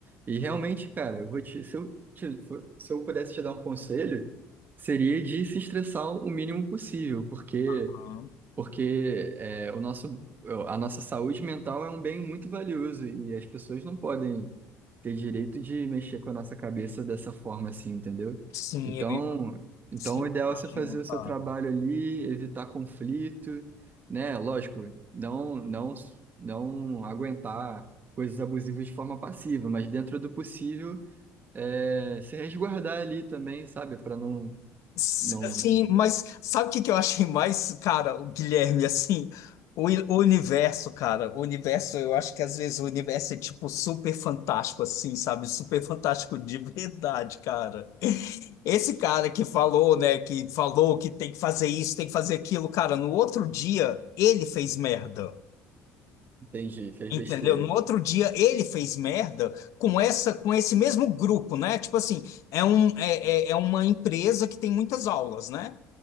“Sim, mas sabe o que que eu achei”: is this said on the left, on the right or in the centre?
Left